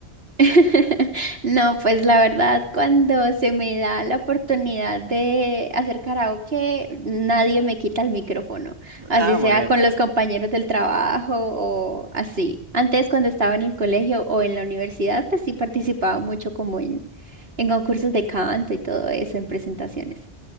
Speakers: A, on the right; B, on the right.
A: <laughs> No, pues la verdad, cuando se me da la oportunidad de hacer karaoke, nadie me quita el micrófono, así
B: Ah, muy
A: sea
B: bien.
A: con los compañeros del trabajo o así. Antes, cuando estaba en el colegio o en la universidad, pues sí participaba mucho como en, en concursos de canto y todo eso, en presentaciones.